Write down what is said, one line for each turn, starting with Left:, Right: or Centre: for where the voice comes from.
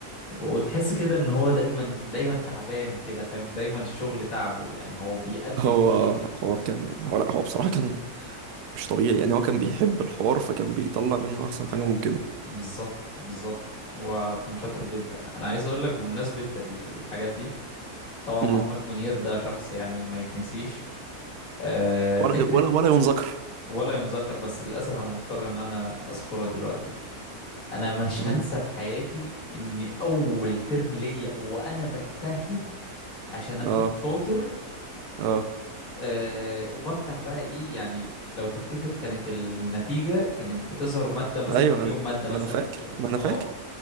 Left: وتحس كده إن هو دايما دايما تعبان كده فاهم دايما الشغل تعبه يعني هو بيأدي
Right: هو
Left: في الشغل
Right: هو كان هو لا هو بصراحه كان مش طبيعي يعني هو كان بيحب الحوار فكان بيطلع منه احسن حاجه ممكنه
Left: بالظبط بالظبط هو كان شاطر جدا أنا عايز أقول لك بمناسبة ال- الحاجات دي طبعا
Right: امم
Left: محمود منير ده شخص يعني ما يتنسيش آه
Right: ولا
Left: فكرة
Right: ولا ولا ينذكر
Left: ولا ينذكر بس للأسف أنا مضطر إن أنا أذكره دلوقتي انا مش
Right: امم
Left: هنسى في حياتي ان اول ترم ليا وانا بجتهد عشان اكون
Right: اه
Left: شاطر
Right: اه
Left: أه وبفتح بقى ايه يعني لو تفتكر كانت النتيجة كانت بتظهر مادة مثلا
Right: ايوه
Left: كل يوم
Right: أنا-
Left: مادة مثلا
Right: ما انا فاكر ما
Left: اه
Right: انا فاكر